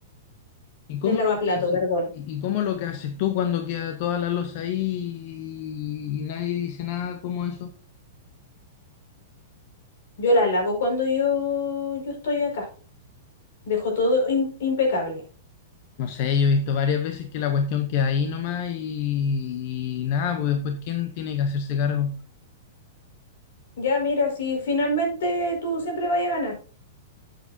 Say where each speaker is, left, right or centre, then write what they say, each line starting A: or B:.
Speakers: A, on the left; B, on the left.
A: y cómo
B: del lavaplato,
A: lo que haces,
B: perdón.
A: y, y cómo lo que haces tú cuando queda toda la losa ahí y, y nadie dice nada como eso?
B: Yo la lavo cuando yo, yo estoy acá. Dejo todo im- impecable.
A: No sé, yo he visto varias veces que la cuestión queda ahí nomás y, y nada, pues después ¿quién tiene que hacerse cargo?
B: Ya, mira, si finalmente tú siempre vayas a ganar.